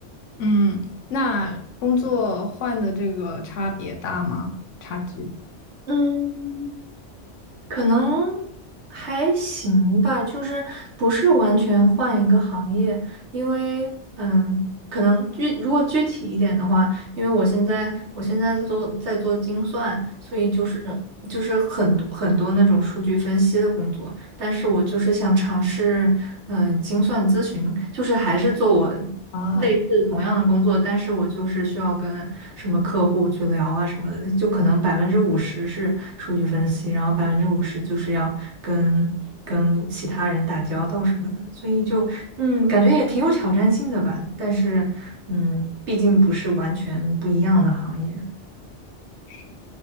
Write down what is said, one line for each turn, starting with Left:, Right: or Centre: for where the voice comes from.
Left: 嗯，那工作换的这个差别大吗？差距
Right: 嗯。可能还行吧，就是不是完全换一个行业，因为嗯，可能具如果具体一点的话，因为我现在我现在在做在做精算，所以就是就是很多很多那种数据分析的工作，但是我就是想尝试，嗯、精算咨询，就是还是做我
Left: 啊，
Right: 类似同样的工作，但是我就是需要跟什么客户去聊啊什么的，就可能百分之五十是数据分析，然后百分之五十就是要跟跟其他人打交道什么的，所以就嗯，感觉也挺有挑战性的吧，但是嗯，毕竟不是完全不一样的行业。
Left: 是，